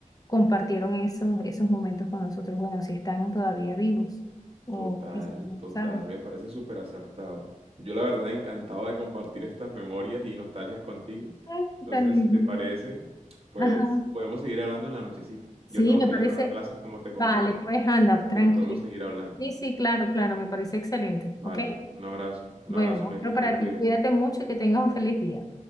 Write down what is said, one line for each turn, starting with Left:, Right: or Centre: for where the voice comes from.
Left: compartieron esos, esos momentos con nosotros. Bueno, si están todavía vivos o
Right: Total,
Left: qué sé yo,
Right: total,
Left: ¿sabes?
Right: me parece súper acertado. Yo la verdad encantado de compartir estas memorias y nostalgias contigo.
Left: Ah,
Right: Entonces,
Left: qué tal, niño.
Right: si te parece, pues
Left: Ajá.
Right: podemos seguir hablando en la nochecita.
Left: Sí,
Right: Yo tengo
Left: me
Right: que
Left: parece.
Right: ir ahora a clases, como te comenté,
Left: Vale, pues anda, tranquilo.
Right: pero podemos seguir hablando.
Left: Sí, sí, claro, claro, me parece excelente.
Right: Vale,
Left: ¿Ok?
Right: un abrazo, un
Left: Bueno,
Right: abrazo, Mary,
Left: otro
Right: te
Left: para
Right: me cuidas.
Left: ti. Cuídate mucho y que tengas un feliz día.